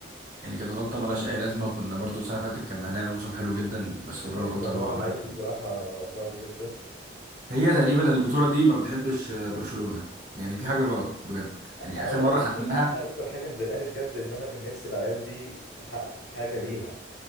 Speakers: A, on the right; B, on the left.
A: يعني كانت غلطه ملهاش اي لازمه وكنا برضه السنه اللي فاتت كنا هنعمل موسم حلو جدا بس هو الغلطه
B: ايوه هو
A: اللي هو عملها
B: لعيب بصراحه صعب جدا
A: هي تقريبا البطولة دي ما بتحبش آه، برشلونة يعني في حاجة غلط بجد يعني
B: انا
A: آخر
B: والله
A: مرة ختمناها
B: اكتر ح- أنا اكتر حاجه مضايقاني بجد ان انا كان نفسي العيال دي تحقق حاجه ليها